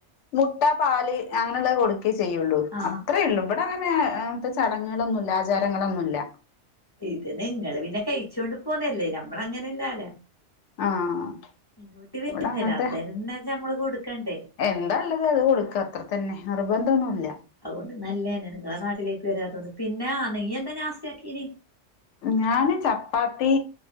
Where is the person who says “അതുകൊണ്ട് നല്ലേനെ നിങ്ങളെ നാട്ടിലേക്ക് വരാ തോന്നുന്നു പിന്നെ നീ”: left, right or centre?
Left